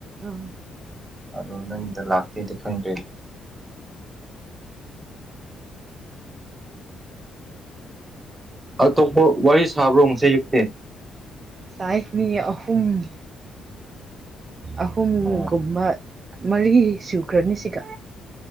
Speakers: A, on the right; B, on the right.
A: ꯑꯥ
B: ꯑꯗꯣ ꯅꯪꯒꯤꯗ ꯂꯥꯛꯇꯦꯗꯤ ꯈꯪꯗꯦ ꯑꯇꯣꯞꯄ ꯋꯥꯔꯤ ꯁꯥꯕ꯭ꯔꯣ ꯉꯁ ꯌꯦꯛꯇꯦ
A: ꯁꯥꯏꯅꯤ ꯑꯍꯨꯝ ꯑꯍꯨꯝꯒꯨꯝꯕ
B: ꯑꯣ
A: ꯃꯔꯤ ꯁꯨꯈ꯭ꯔꯅꯤ ꯁꯤꯒ